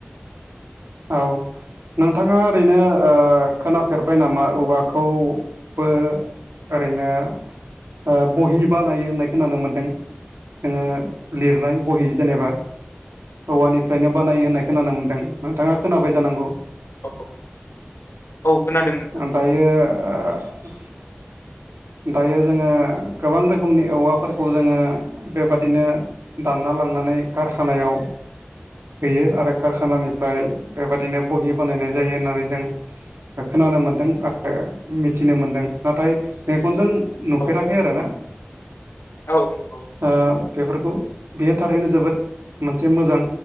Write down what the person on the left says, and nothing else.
औ औ खोनादों नोंथां।
औ
औ नंगौ।